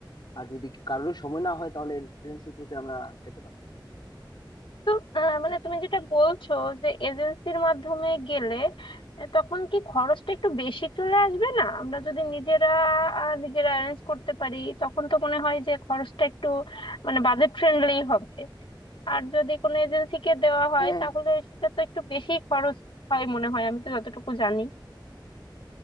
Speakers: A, on the left; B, on the left.
A: আর যদি কারোর সময় না হয় তাহলে এজেন্সি থ্রুতে আমরা যেতে পারি
B: তো আহ, মানে তুমি যেটা বলছো যে এজেন্সির মাধ্যমে গেলে আহ, তখন কি খরচটা একটু বেশি চলে আসবে না আমরা যদি নিজেরা আহ, নিজেরা অ্যারেঞ্জ করতে পারি তখন তো মনে হয় যে খরচটা একটু মানে বাজেট ফ্রেন্ডলি হবে আর যদি কোনো এজেন্সিকে দেওয়া হয়
A: হ্যাঁ
B: তাহলে সেটা তো একটু বেশি খরচ হয় মনে হয় আমি তো যতটুকু জানি